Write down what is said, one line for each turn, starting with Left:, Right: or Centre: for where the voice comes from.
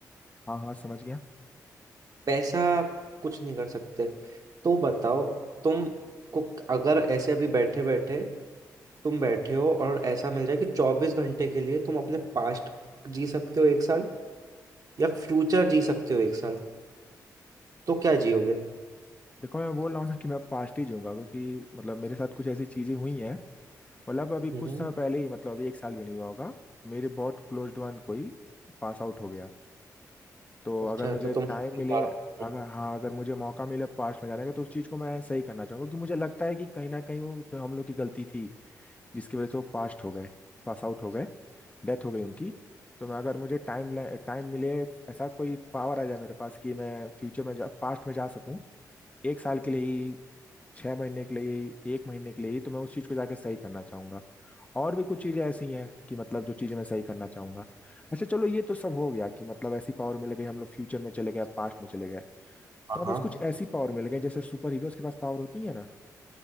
Left: हाँ हाँ समझ गया
Right: पैसा कुछ नहीं कर सकते तो बताओ तुम को अगर ऐसे अभी बैठे बैठे तुम बैठे हो और ऐसा मिल जाए कि चौबीस घंटे के लिए तुम अपने पास्ट जी सकते हो एक साल या फ्यूचर जी सकते हो एक साल तो क्या जियोगे
Left: देखो मैं बोल रहा हूँ ना कि मैं पास्ट ही जाऊंगा क्योंकि मतलब मेरे साथ कुछ ऐसी चीज़ें हुई हैं मतलब अभी कुछ
Right: हम्म
Left: समय पहले ही मतलब अभी एक साल भी नहीं हुआ होगा मेरे बहुत क्लोज्ड वन कोई पास आउट हो गया तो
Right: अच्छा
Left: अगर मुझे
Right: तो
Left: अच्छा
Right: तुम
Left: टाइम
Right: <laughs>
Left: मिले अगर हाँ अगर मुझे मौका मिले पास्ट में जाने का तो उस चीज़ को मैं सही करना चाहूंगा क्योंकि मुझे लगता है कि कहीं ना कहीं वो उसमें हम लोग की गलती थी जिसकी वजह से वो पास्ट हो गए पास आउट हो गए डेथ हो गई उनकी तो मैं अगर मुझे टाइम टाइम मिले ऐसा कोई पावर आ जाए मेरे पास कि मैं फ्यूचर में जा पास्ट में जा सकूं एक साल के लिए ही छह महीने के लिए ही एक महीने के लिए ही तो मैं उस चीज़ को जाके सही करना चाहूंगा और भी कुछ चीजें ऐसी हैं कि मतलब जो चीजें मैं सही करना चाहूंगा अच्छा चलो ये तो सब हो गया कि मतलब ऐसी पावर मिल गई हम लोग फ्यूचर में चले गए पास्ट में चले गए
Right: हाँ
Left: तो अब
Right: हाँ
Left: बस कुछ ऐसी पावर मिल गई जैसे सुपर हीरोज के पास पावर होती है ना